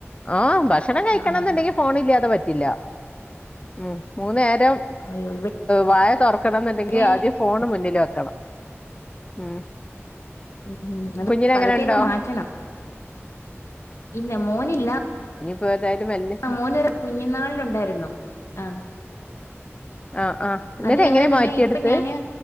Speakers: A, on the left; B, on the left.
A: ആഹ് ഭക്ഷണം കഴിക്കണംന്ന്ണ്ടങ്കി
B: ആഹ്
A: ഫോണില്ലാതെ പറ്റില്ല ഉം മൂന്നേരം
B: അയ്യോ
A: വായ തൊറക്കണം എന്നുണ്ടെങ്കി
B: ഇവിടെ
A: ആദ്യം ഫോണ് മുന്നിൽ വെക്കണം ഉം
B: ഉം ഉം അത്
A: കുഞ്ഞിന്
B: പതുക്കെ
A: അങ്ങനെ ഉണ്ടോ
B: അങ്ങ് മാറ്റണം ഇല്ല മോനില്ല
A: ഇനി പേതായാലും മെല്ലെ
B: ആ മോനൊരു കുഞ്ഞുനാളിലുണ്ടായിരുന്നു ആഹ്
A: ആഹ് ആഹ് എന്നിട്ട്
B: അത് ഞങ്ങള്
A: എങ്ങനെ
B: പിന്നെ
A: മാറ്റിയെടുത്ത്
B: ഇപ്പ ഞാന്